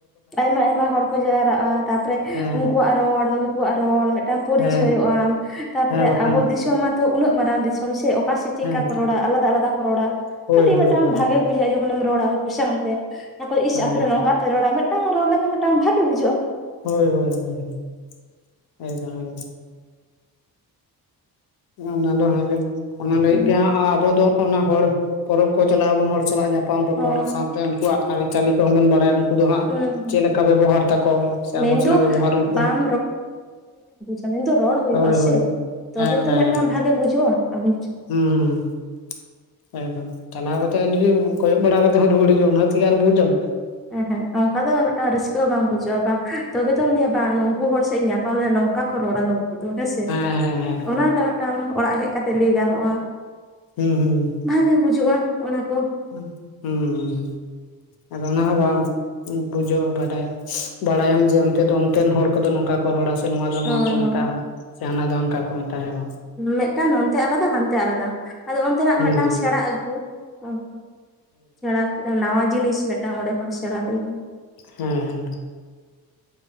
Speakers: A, in the centre; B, on the left.
A: ᱟᱭᱢᱟ ᱟᱭᱢᱟ ᱦᱚᱲ ᱠᱚ ᱡᱟᱣᱨᱟᱜᱼᱟ, ᱛᱟᱨᱯᱚᱨᱮ
B: ᱦᱮᱸ
A: ᱩᱱᱠᱩᱣᱟᱜ ᱨᱚᱲ ᱱᱩᱠᱩᱣᱟᱜ ᱨᱚᱲ ᱢᱤᱫᱴᱟᱱ ᱯᱚᱨᱤᱪᱚᱭᱚᱜᱼᱟᱢ
B: ᱦᱮᱸ
A: ᱛᱟᱯᱚᱨᱮ
B: ᱦᱮᱸ ᱵᱟᱠᱷᱟᱱ
A: ᱟᱵᱚ
B: ᱫᱚ
A: ᱫᱤᱥᱚᱢ ᱢᱟ ᱛᱚ ᱩᱱᱟᱹᱜ ᱢᱟᱨᱟᱝ ᱫᱤᱥᱚᱢ ᱥᱮ ᱚᱠᱟ ᱥᱮᱫ ᱪᱮᱜᱼᱠᱟ
B: ᱦᱮᱸ
A: ᱠᱚ ᱨᱚᱲᱟ ᱟᱞᱟᱫᱟ ᱟᱞᱟᱫᱟ ᱠᱚ ᱨᱚᱲᱟ
B: ᱦᱳᱭ
A: ᱠᱟᱹᱴᱤᱡ
B: ᱦᱳᱭ
A: ᱢᱤᱫᱴᱟᱝ
B: ᱦᱳᱭ
A: ᱵᱷᱟᱜᱮ ᱵᱩᱡᱷᱽ ᱟ, ᱡᱚᱠᱷᱚᱱ ᱮᱢ ᱨᱚᱲᱟ ᱩᱱᱠᱩ ᱥᱟᱶᱛᱮ ᱟᱠ ᱤᱥ
B: ᱦᱮᱸ
A: ᱟᱯᱮ ᱱᱚᱝᱠᱟ ᱯᱮ ᱨᱚᱲᱟ ᱾ ᱦᱮᱸ ᱨᱚᱲ ᱞᱮᱠᱷᱟᱱ ᱢᱤᱫᱴᱟᱝ ᱵᱷᱟᱜᱮ ᱵᱩᱡᱷᱟᱹᱜᱼᱟ ᱾
B: ᱦᱳᱭ ᱦᱳᱭ ᱦᱳᱭ ᱮᱠᱫᱚᱢ ᱮᱠᱫᱚᱢ ᱚᱱᱟ ᱫᱚ ᱦᱮᱸᱜᱮ ᱚᱱᱟ ᱞᱟᱹᱜᱤᱫ
A: ᱦᱩᱸ
B: ᱜᱮ ᱟᱵᱚ ᱫᱚ ᱚᱱᱟ ᱦᱚᱲ ᱯᱚᱨᱚᱵᱽ ᱠᱚ ᱪᱟᱞᱟᱜ ᱟᱵᱚᱱ ᱦᱚᱲ ᱥᱟᱞᱟᱜ ᱧᱟ ᱯᱟᱢ ᱨᱚᱯᱚᱲ
A: ᱦᱳᱭ
B: ᱥᱟᱶᱛᱮ ᱩᱱᱠᱩᱣᱟᱜ ᱟᱹᱨᱤᱪᱟᱹᱞᱤ ᱠᱚᱦᱚᱸ ᱵᱚᱱ ᱵᱟᱲᱟᱭᱟ ᱾ ᱩᱱᱠᱩ ᱫᱚ ᱦᱟᱸᱜ
A: ᱦᱩᱸ ᱦᱩᱸ
B: ᱪᱮᱫ ᱞᱮᱠᱟ ᱵᱮᱵᱚᱦᱟᱨ ᱛᱟᱠᱚᱣᱟ ᱥᱮ ᱟᱵᱚ
A: ᱢᱮᱱᱫᱚ
B: ᱥᱮᱱᱟᱜ ᱵᱮᱵᱚᱦᱟᱨ ᱩᱱᱠᱩ
A: ᱵᱟᱢ
B: ᱦᱚᱸ
A: ᱨᱚᱲ ᱫᱚ ᱨᱚᱲ ᱦᱩᱭᱩᱜᱼᱟ
B: ᱦᱳᱭ
A: ᱥᱮ
B: ᱦᱳᱭ
A: ᱛᱚᱵᱮ
B: ᱦᱮᱸ ᱦᱮᱸ
A: ᱛᱚ
B: ᱦᱮᱸ
A: ᱢᱤᱫᱴᱟᱝ ᱵᱷᱟᱜᱮ ᱵᱩᱡᱷᱩᱜᱼᱟ <unintelligible>
B: ᱦᱩᱸ ᱦᱩᱸ ᱾ ᱮᱠᱫᱚᱢ ᱪᱟᱞᱟᱣ ᱠᱟᱛᱮᱜ ᱡᱩᱫᱤᱢ ᱠᱚᱭᱚᱜ ᱵᱟᱲᱟ ᱠᱟᱛᱮ ᱦᱚᱸ ᱨᱩᱣᱟᱹᱲ ᱦᱤᱡᱩᱜ ᱟᱢ ᱚᱱᱟ ᱛᱮᱜᱮ ᱟᱨᱠᱤ ᱵᱩᱡᱽ ᱟᱢ
A: ᱮᱸ ᱦᱮᱸᱜ ᱚᱱᱠᱟ ᱫᱚ ᱢᱤᱫᱴᱟᱝ ᱨᱟᱹᱥᱠᱟᱹ ᱦᱚᱸ ᱵᱟᱝ ᱵᱩᱡᱷᱟᱹᱜᱼᱟ ᱵᱟᱝ ᱛᱚᱵᱮ ᱛᱚ ᱞᱟᱹᱭᱟ ᱱᱩᱠᱩ ᱦᱚᱲ ᱥᱮᱫ ᱤᱧ ᱧᱟᱯᱟᱢ ᱞᱮᱱᱟ ᱱᱚᱝᱠᱟ ᱠᱚ ᱨᱚᱲᱟ ᱱᱚᱝ ᱦᱮᱸᱥᱮ
B: ᱦᱮᱸ ᱦᱮᱸ
A: ᱚᱱᱟᱴᱟᱜ ᱢᱤᱫᱴᱟᱱ ᱚᱲᱟᱜ ᱦᱮᱡ ᱠᱟᱛᱮᱫ ᱞᱟᱹᱭ ᱜᱟᱱᱚᱜᱼᱟ ᱾
B: ᱦᱩᱸ ᱦᱩᱸ ᱾
A: ᱵᱷᱟᱜᱮ ᱵᱩᱡᱩᱜᱼᱟ ᱾ ᱚᱱᱟ ᱠᱚ
B: ᱦᱩᱸ ᱦᱩᱸ ᱟᱫᱚ ᱚᱱᱟ ᱦᱚᱸ ᱵᱟᱢ ᱵᱩᱡᱷᱟᱹᱜᱼᱟ ᱵᱟᱰᱟᱭᱟᱢ ᱵᱟᱲᱟᱭᱟᱢ ᱡᱮ ᱚᱱᱛᱮ ᱫᱚ ᱚᱱᱛᱮᱱ ᱦᱚᱲ ᱠᱚᱫᱚ ᱱᱚᱝᱠᱟ ᱠᱚ ᱨᱚᱲᱟ ᱥᱮ ᱱᱚᱣᱟ ᱫᱚ
A: ᱦᱳᱭ
B: ᱱᱚᱣᱟ ᱠᱚ ᱢᱮᱛᱟᱜᱼᱟ
A: ᱦᱳᱭ
B: ᱥᱮ ᱦᱟᱱᱟ ᱫᱚ ᱦᱟᱝᱠᱟ ᱠᱚ ᱢᱮᱛᱟᱜᱼᱟ, ᱦᱮᱸ ᱵᱟᱝ
A: ᱢᱤᱫᱴᱟᱝ ᱱᱚᱱᱛᱮ ᱟᱞᱟᱫᱟ ᱦᱟᱱᱛᱮ ᱟᱞᱟᱫᱟ ᱟᱫᱚ ᱚᱱᱛᱮᱱᱟᱜ
B: ᱦᱮᱸ ᱵᱟᱝ ᱦᱩᱸ
A: ᱢᱤᱫᱴᱟᱝ
B: ᱦᱩᱸ
A: ᱥᱮᱬᱟ ᱟᱹᱜᱩ ᱚᱱᱠᱟ ᱥᱮᱬᱟ ᱠᱮᱫᱟᱢ ᱱᱟᱣᱟ ᱡᱤᱱᱤᱥ ᱢᱤᱫᱴᱟᱝ ᱚᱸᱰᱮ ᱠᱷᱚᱱ ᱥᱮᱬᱟ ᱦᱩᱭᱱᱟ
B: ᱦᱮᱸ ᱦᱮᱸ ᱾